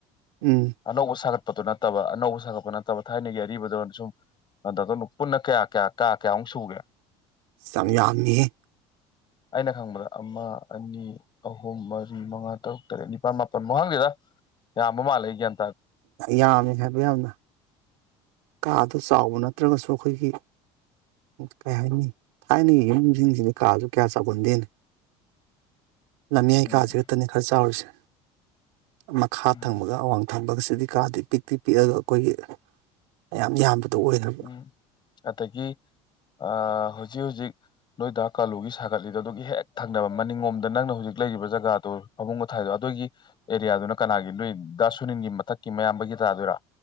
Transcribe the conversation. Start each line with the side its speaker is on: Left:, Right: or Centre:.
Right: ꯎꯝ
Left: ꯑꯅꯧꯁꯒꯠ ꯄꯗꯣ ꯅꯠꯇꯕ ꯑꯅꯧꯕ ꯁꯥꯒꯠꯄ ꯅꯠꯇꯕ ꯊꯥꯏꯅꯒꯤ ꯑꯔꯤꯕꯗꯅ ꯁꯨꯝ ꯗꯇꯅ ꯄꯨꯟꯅ ꯀꯌꯥ ꯀꯌꯥ ꯀꯌꯥ ꯀꯌꯥꯃꯨꯛ ꯁꯨꯒꯦ
Right: ꯆꯌꯥꯝꯃꯤꯌꯦ
Left: ꯑꯩꯅ ꯈꯪꯕꯗ ꯑꯃ ꯑꯅꯤ ꯑꯍꯨꯝ ꯃꯥ ꯔꯤ ꯃꯉꯥ ꯇꯔꯨꯛ ꯇꯔꯦꯠ ꯅꯤꯄꯥꯟ ꯃꯥ ꯄ ꯃꯍꯪꯁꯤꯗ ꯌꯥꯝꯕ ꯃꯥꯜꯂꯦ ꯒꯥꯟ
Right: ꯌꯥꯝꯃꯤ ꯍꯥꯏꯕ ꯌꯥꯝꯅ ꯀꯥ ꯁ ꯆꯥꯎꯕ ꯅꯠꯇ꯭ꯔꯒꯁꯨ ꯑꯩꯈꯣꯏꯒꯤ ꯀꯩ ꯍꯥꯏꯅꯤ ꯊꯥꯏꯅꯒꯤ ꯌꯨꯝꯁꯤꯡꯁꯤꯗꯤ ꯀꯥꯁꯨ ꯀꯌꯥ ꯆꯥꯎꯒꯟꯗꯦꯅꯤ ꯂꯝꯃꯤꯌꯥꯏ
Left: ꯎꯝ
Right: ꯀꯥꯥꯖꯦ ꯈꯛꯇꯅꯤ ꯈꯔ ꯆꯥꯎꯔꯤꯁꯦ ꯃꯈꯥ
Left: ꯎꯝ
Right: ꯊꯪꯕꯒ ꯑꯋꯥꯡ ꯊꯪꯕꯒꯁꯤꯗꯤ ꯀꯥꯗꯤ ꯄꯤꯛꯇꯤ ꯄꯤꯛꯑꯒ ꯑꯩꯈꯣꯏꯒꯤ ꯃꯥꯌꯥꯝ ꯌꯥꯝꯕ ꯑꯗꯨ ꯑꯣꯏꯕ
Left: ꯎꯝ ꯑꯗꯒꯤ ꯑ ꯍꯧꯖꯤꯛ ꯍꯧꯖꯤꯛ ꯅꯣꯏꯗ ꯀꯥꯂꯨꯒꯤ ꯁꯥꯒꯠꯂꯤꯗꯣ ꯑꯗꯨꯒꯤ ꯍꯦꯛ ꯊꯪꯅꯕ ꯃꯅꯤꯡꯂꯣꯝꯗ ꯅꯪꯅ ꯍꯧꯖꯤꯛ ꯂꯩꯔꯤꯕ ꯖꯒꯥꯗꯨꯣ ꯐꯃꯨꯡꯒ ꯊꯥꯏꯗꯣ ꯑꯗꯨꯒꯤ ꯑꯦꯔꯤꯌꯥꯗꯨꯅ ꯀꯅꯥꯒꯤ ꯅꯣꯏ ꯗꯥ ꯁꯨꯅꯤꯟꯒꯤ ꯃꯊꯛꯀꯤ ꯃꯌꯥꯝꯕꯒꯤ ꯇꯥꯗꯣꯏꯔꯥ